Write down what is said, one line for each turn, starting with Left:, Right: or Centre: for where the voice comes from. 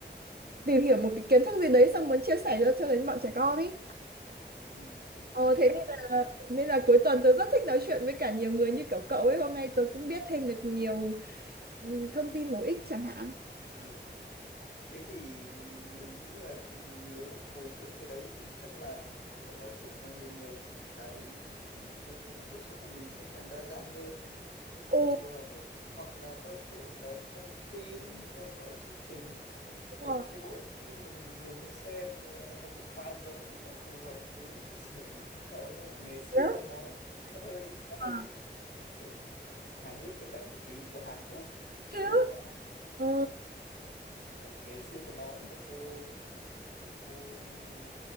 Right: tìm hiểu một cái kiến thức gì đấy xong muốn chia sẻ cho cho đến bọn trẻ con ý
Left: ừ.
Right: Ờ,
Left: hay
Right: thế nên
Left: quá
Right: là nên là cuối tuần tớ rất thích nói chuyện với cả nhiều người như kiểu cậu ấy hôm nay tớ cũng biết thêm được nhiều ừ, thông tin bổ ích chẳng hạn.
Left: Ừ. Thế thì mình nghĩ là nếu bồi dưỡng cái đấy thì chắc là cậu nói chuyện càng nhiều người thì cái kiến thức cái tiếp xúc của mình sẽ càng đa dạng hơn,
Right: Ồ,
Left: phải phù hợp hơn. Hoặc là có thể là xem phim, theo dõi chương trình.
Right: đúng
Left: Có một
Right: rồi.
Left: cái bộ phim mà mình vừa mới xem ờ, nó cũng khá giống phù hợp với cái sở <laughs> thích của cậu đó là nghề siêu
Right: Thế á?
Left: khó nói nhưng nó hơi nó hơi
Right: à?
Left: bậy- hài hước bậy bậy một tí của Hàn Quốc ấy, phim
Right: Thế á?
Left: mới ra
Right: Ờ,
Left: Ờ, nghề siêu khó nói một cô một cô một